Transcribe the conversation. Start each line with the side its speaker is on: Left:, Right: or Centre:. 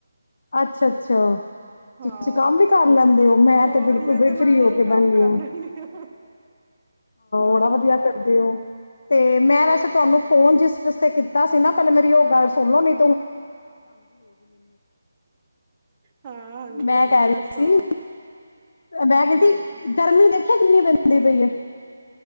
Left: ਅੱਛਾ ਅੱਛਾ ਤੁਸੀਂ
Right: ਹਾਂ
Left: ਕੰਮ ਵੀ ਕਰ ਲੈਂਦੇ ਹੋ ਮੈਂ
Right: ਹੋਰ
Left: ਤੇ ਬਿਲਕੁਲ
Right: ਮੈਂ
Left: ਵੀ
Right: ਤੇ ਨਾਲ
Left: ਫਰੀ ਹੋ
Right: ਨਾਲ
Left: ਕੇ
Right: ਕੰਮ
Left: ਬਹਿੰਦੀ
Right: ਕਰ
Left: ਹਾ
Right: ਲੈਂਦੀ ਹਾਂ। ਹਾਂ
Left: ਬੜਾ ਵਧੀਆ ਕਰਦੇ ਹੋ। ਤੇ ਮੈਂ
Right: ਹਾਂ
Left: ਵੈਸੇ ਤੁਹਾਨੂੰ ਫੋਨ ਜਿਸ ਜਿਸ ਤੇ ਕੀਤਾ ਸੀ ਨਾ ਪਹਿਲੇ ਮੇਰੀ ਉਹ ਗੱਲ ਸੁਣ ਲੋ ਨੀ
Right: ਹਾਂਜੀ
Left: ਮੈਂ
Right: ਹਾਂ ਹਾਂਜੀ
Left: ਕਹਿ ਰਹੀ
Right: ਦੱਸੋ
Left: ਸੀ ਮੈਂ ਕਹ
Right: ਹਾਂਜੀ
Left: ਗਰਮੀ ਦੇ ਦੇਖਿਆ ਕਿੰਨੀ ਪੈਂਦੀ ਪਈ ਹੈ।